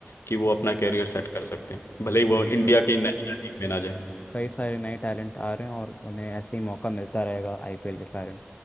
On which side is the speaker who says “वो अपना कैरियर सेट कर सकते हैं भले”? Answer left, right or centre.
Left